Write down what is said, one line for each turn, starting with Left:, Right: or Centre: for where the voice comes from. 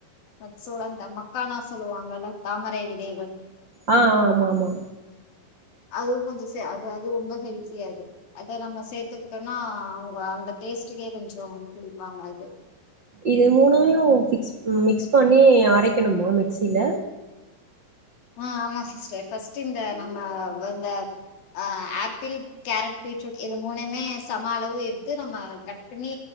Left: நட்ஸ்ஸு ஒட இந்த மக்கானா சொல்லுவாங்கல்ல தாமரை விதைகள்
Right: ஆஆ ஆமா ஆமா
Left: அதுவு கொஞ்ச சே அது அது ரொம்ப ஹெல்த்தி அது அத நம்ம சேத்துக்கிட்டோனா அவுங்க அந்த டேஸ்ட்டுக்கே கொஞ்சு குடிப்பாங்க அது
Right: இது மூணையும் ஃபிக்ஸ் ம் மிக்ஸ் பண்ணி அரைக்கணுமா மிக்ஸில
Left: ஆ ஆமா சிஸ்டர் ஃபர்ஸ்ட் இந்த நம்ம வந்த ஆ ஆப்பிள் கேரட் பீட்ரூட் இது மூணையுமே சம அளவு எடுத்து நம்ம கட் பண்ணி